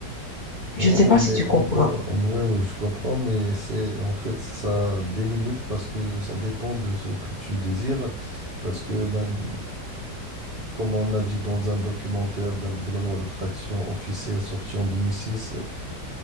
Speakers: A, on the left (about 30°); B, on the right (about 35°).
A: Je
B: Ouais,
A: ne sais
B: ouais,
A: pas
B: mais
A: si tu comprends.
B: encore, ouais, ouais, je comprends, mais c'est, en fait, ça délimite parce que ça dépend de ce que tu désires. Parce que man- Comme on a dit dans un documentaire de, de la loi d'attraction officielle sortie en 2006, euh,